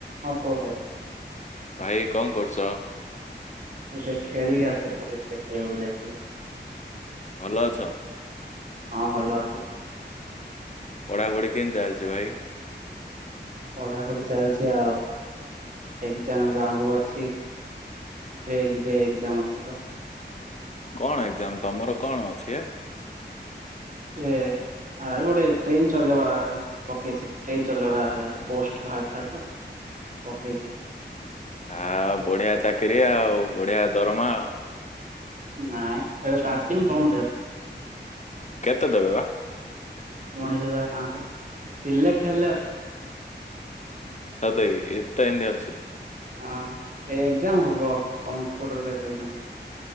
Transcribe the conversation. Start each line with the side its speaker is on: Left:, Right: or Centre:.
Right: ହଁ କୋଉ ଭାଇ
Left: ଭାଇ କଣ କରୁଛ?
Right: ଏବେ ଖେଳିକି ଆସେ କ୍ରିକେଟ ଖେଳକୁ ଯାଇଥିଲି।
Left: ଭଲ ଅଛ?
Right: ହଁ ଭଲ ଅଛି।
Left: ପଢାପଢି କେମତି ଚାଲିଛି ଭାଇ?
Right: ପଢ଼ାପଢ଼ି ଚାଲିଛି ଆଉ ଏକ୍ଜାମ ଏବେ ଆଗୁ ଅଛି ଏବେ ଏବେ ଏକ୍ଜାମ ଅଛି ତ
Left: କଣ ଏକ୍ଜାମ ତମର କଣ ଅଛି ଆଉ
Right: ଏ ଆ ଗୋଟେ ଟ୍ରିନ ସ୍ଲଟ ପକେଇଛି ଟ୍ରିନ ସ୍ଲଟ ପୋଷ୍ଟ ବାହାରିଥିଲା ତ ପକେଇଛି।
Left: ଆଉ ବଢିଆ ଚାକିରି ଆଉ ବଢିଆ ଦରମା ଆଉ
Right: ନାଇଁ ଏବେ ଷ୍ଟଟି କଣ ଦେର
Left: କେତେ ଦେବେ ବା?
Right: ଉଣେଇଶ ହଜାର ପାଞ୍ଚଶହ ସିଲେକ୍ଟ ହେଲେ
Left: ସତ ଏତେ ଏମିତି ଅଛି।
Right: ହଁ ଏ ଏକ୍ସାମ ହବ କମ୍ପଟର ବାସ ଏକ୍ଜାମ